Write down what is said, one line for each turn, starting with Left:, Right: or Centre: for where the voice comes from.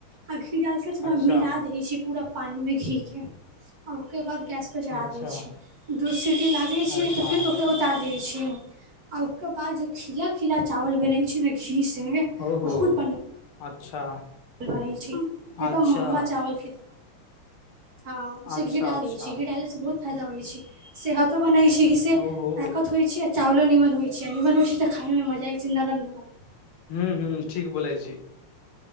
Right: आ घी डालके थोड़ा
Left: अच्छा
Right: मिला दै छि पूरा पानी मे घी के आ ओकर बाद गैस चढ़ा
Left: अच्छा
Right: दैत छै दूध सीटी लागैत छै
Left: अच्छा
Right: तऽ फेर ओके उतारि दैत छै आ उकर बाद जो खिला खिला चावल बनै छै ने घी से
Left: ओहो
Right: बहुत बढ़िया
Left: अच्छा
Right: बनै एकदम
Left: अच्छा
Right: महगा चावल क हँ से
Left: अच्छा
Right: घी डाल
Left: अच्छा
Right: दै छी घी डालेसँ बहुत फायदा होइ छै सेहतो बनैत छै से
Left: ओहो
Right: ताकत होइ छै चावल निमन होइ छै निमन होइ छै त खाइमे मजा अबेछै नरम नरम
Left: हूँ हू ठीक बोलै छी